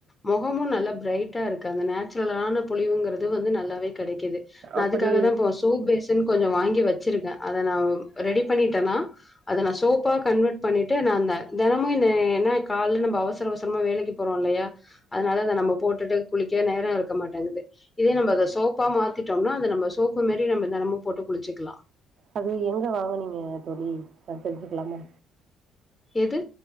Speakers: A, on the left; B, on the right.
A: மொகமு நல்லா ப்ரைட்டாருக்கு அந்த நேச்சுரலான பொலிவுங்குறது வந்து நல்லாவே கெடைக்குது நா
B: அப்படி
A: அதுக்காகதா இப்ப சோப் பேசுன் கொஞ்சொ வாங்கி வச் சிருக்கே அத நா ரெடி பண்ணிட்டேனா அத நா சோப்பா கன்வர்ட் பண்ணிட்டு நா அந்த தெனமு என்ன ஏனா கால்ல நம்ப அவசர அவசரமா வேலைக்கு போறோ இல்லயா அதுனால அத நம்ம போட்டுட்டு குளிக்க நேர இருக்க மாட்டெங்குது இதே நம்ம அத சோப்பா மாத்திட்டோம்னா நம்ம சோப்பு மேரி நம்ம தெனமு போட்டு குளிச்சிக்லா
B: அது எங்க வாங்குனீங்க தோழி நா தெரிஞ்சுக்கலாமா?
A: எது?